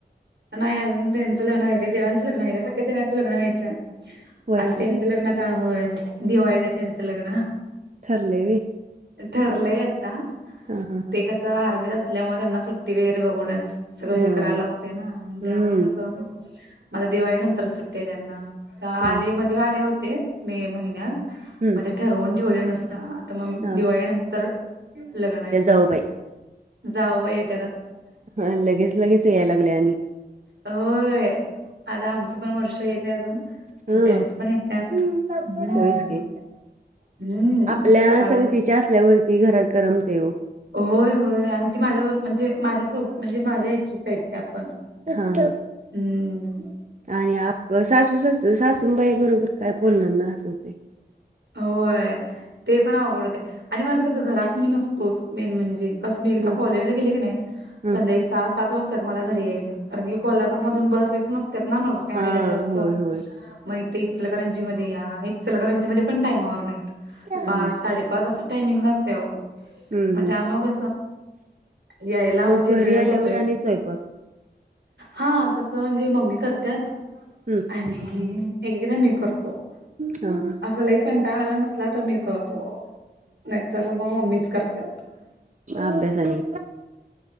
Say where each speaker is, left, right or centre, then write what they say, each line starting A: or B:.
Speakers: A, on the right (about 85°); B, on the right (about 45°).
A: नाही अजून त्यांचं लग्न व्हायंय देरांचं लग्न व्हाय सगळ्या देरांचं लग्न व्हायचं
B: व्हायचंय
A: आता त्यांच
B: व्हय
A: लग्नात दिवाळीत आहे त्यांचं लग्न
B: थरले व
A: ठरलंय आता
B: हा हा
A: ते आर्मीत असल्यामुळे त्यांना सुट्टी वगैरे बघवणच सगळ हे
B: हां हां
A: करायला लागते ना
B: हं
A: त्यामुळे कसं मला दिवाळी नंतर सुट्टे त्यांना
B: हां
A: आले मध्ये आले होते मे महिन्यात
B: हं
A: मध्ये ठरवून ठेवले नसते आता मग
B: हां
A: दिवाळी नंतर लग्न आहे
B: हो बाई
A: जावं येते
B: हा, लगेच लगेच याय लागल्या आणि
A: होय आम पण वर्ष येते अजून
B: हं
A: मग त्यांच पण येत
B: होयच
A: हम्
B: की
A: हम्म
B: आपल्या
A: चालेय
B: संगतीच्या असल्यावरती घरात करमते ओ
A: होय होय आणि ती माझ्यावर म्हणजे माझ्या हो म्हणजे माझ्या इच्छित आहेत आपण
B: हा
A: हम्
B: आणि सासू सास सासूबाई बरोबर काय बोलणार ना असं होते
A: होय ते पण आवघडते आणि माझं कसं घरात मी नसतोच मेन म्हणजे कस मी एकदा
B: ह
A: कॉलेजला गेली की नाही
B: ह
A: संदे तास सात वाजताात मला घरी यायला कारण की कोल्हापूर मधून बसेस नसतात ना नोर्
B: हा
A: ला जास्त
B: होय होय
A: मग इचलकरंजी मध्ये या इचलकरंजी मध्ये पण टामावर नाहीत
B: हम्म
A: पाच साडेपाच अस टामिंग अस म
B: हम्म
A: मग यायला
B: मग
A: म्हणजे वेळच
B: घरी आल्यावर
A: होतोय
B: आणि स्वयंपाक
A: हा तसं म्हणजे मम्मी करतात
B: हम्म
A: आणि एकदा मी करतो
B: हा
A: लाही कंटा आला नसला तर मी करतो नाहीतर मग मम्मीच करते
B: अभ्यासानी